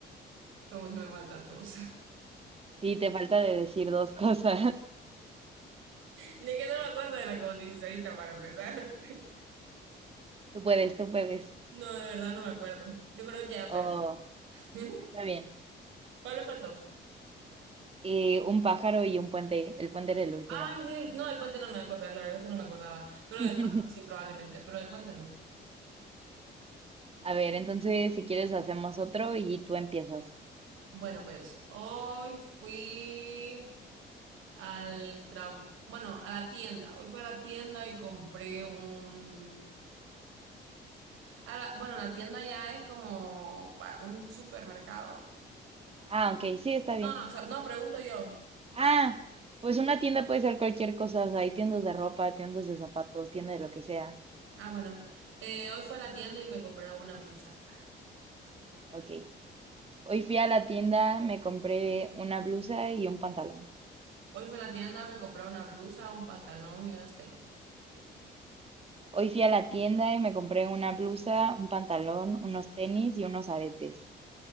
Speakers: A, on the right; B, on the right.
A: Como que me faltan dos. <laughs>
B: sí, te falta de decir dos cosas.
A: De que no me acuerdo de la que vos dijiste ahorita para empezar. <laughs>
B: <laughs> Tú puedes, tú puedes.
A: No, de verdad no me acuerdo. Yo creo que ya perdí.
B: Oh,
A: <laughs>
B: está bien.
A: ¿Cuál me faltó?
B: Y un pájaro y un puente. El puente era el último.
A: Ay, del- no, del puente no me voy a acordar, la verdad es que no me acordaba. Pero
B: <laughs>
A: del pájaro sí, probablemente, pero del puente no.
B: A ver, entonces si quieres hacemos otro y tú empiezas.
A: Bueno, pues hoy fui al trabajo, bueno, a la tienda. Hoy fui a la tienda y compré un... a la- bueno, la tienda ya es como para un supermercado.
B: Ah, ok, sí, está bien.
A: No, no, o sea, no, pregunto yo.
B: Ah, pues una tienda puede ser cualquier cosa. O sea, hay tiendas de ropa, tiendas de zapatos, tienda de lo que sea.
A: Ah, bueno, Eh, hoy fue a la tienda y me compré una blusa.
B: Ok. Hoy fui a la tienda, me compré una blusa y un pantalón.
A: Hoy fue a la tienda, me compré una blusa, un pantalón y unos tenis.
B: Hoy fui a la tienda y me compré una blusa, un pantalón, unos tenis y unos aretes.